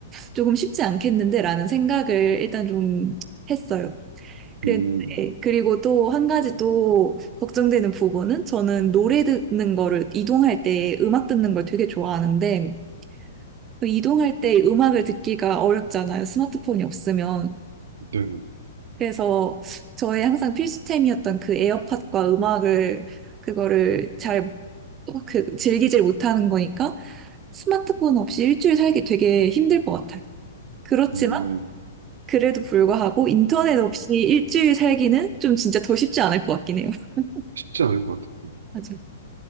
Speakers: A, on the right; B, on the right.
A: 조금 쉽지 않겠는데 라는 생각을 일단 좀 했어요. 그랬-
B: 음,
A: 네. 그리고 또 한 가지 또 걱정되는 부분은 저는 노래 듣는 거를 이동할 때 음악 듣는 걸 되게 좋아하는데 그 이동할 때 음악을 듣기가 어렵잖아요. 스마트폰이 없으면.
B: 네.
A: 그래서 저의 항상 필수템이었던 그 에어팟과 음악을, 그거를 잘, 그, 즐기질 못하는 거니까 스마트폰 없이 일주일 살기 되게 힘들 것 같아요. 그렇지만,
B: 음.
A: 그래도 불구하고 인터넷 없이 일주일 살기는 좀 진짜 더 쉽지 않을 것 같긴 해요. <laughs>
B: 쉽지 않을 것 같아요.
A: 맞아요.